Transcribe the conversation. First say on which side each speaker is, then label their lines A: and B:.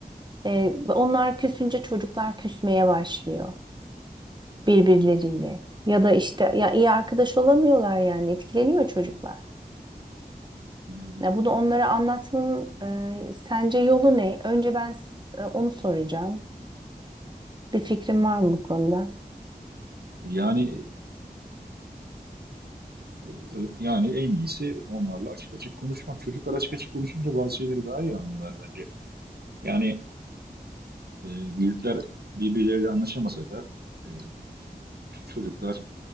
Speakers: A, on the right; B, on the right.
A: E, onlar küsünce çocuklar küsmeye başlıyor. birbirleriyle ya da işte ya iyi arkadaş olamıyorlar yani etkileniyor çocuklar.
B: anladım.
A: Ya bunu onlara anlatmanın e, sence yolu ne? Önce ben s- e, onu soracağım. Bir fikrim var mı bu konuda?
B: Yani e, e, yani en iyisi onlarla açık açık konuşmak. Çocuklar açık açık konuşunca bazı şeyleri daha iyi anlıyorlar bence. Yani e, büyükler birbirleriyle anlaşamasa da e, ç- çocuklar